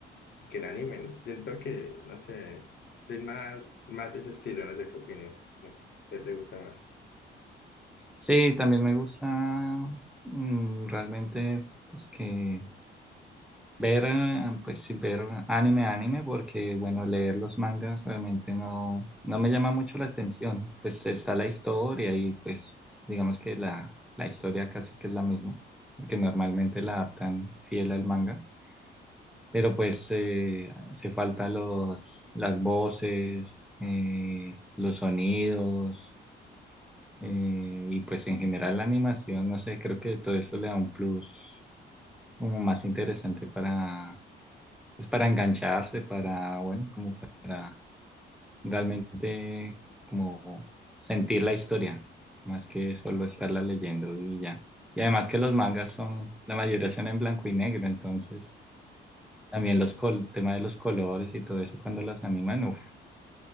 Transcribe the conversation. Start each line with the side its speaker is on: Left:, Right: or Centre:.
Left: a que el anime. Siento que, no sé, soy más, más de ese estilo, no sé qué opinas. ¿no? ¿Qué te gusta más?
Centre: Sí, también me gusta mm, realmente pues que ver, eh, pues sí, ver anime, anime, porque bueno, leer los mangas realmente no, no me llama mucho la atención. Pues está la historia y pues digamos que la, la historia casi que es la misma, porque normalmente la adaptan fiel al manga. pero pues eh, hace falta los, las voces, eh, los sonidos eh, y pues en general la animación, no sé, creo que todo eso le da un plus como más interesante para, pues para engancharse, para, bueno, como para realmente como sentir la historia, más que solo estarla leyendo y ya. Y además que los mangas son, la mayoría son en blanco y negro, entonces También los col, el tema de los colores y todo eso cuando las animan, uf,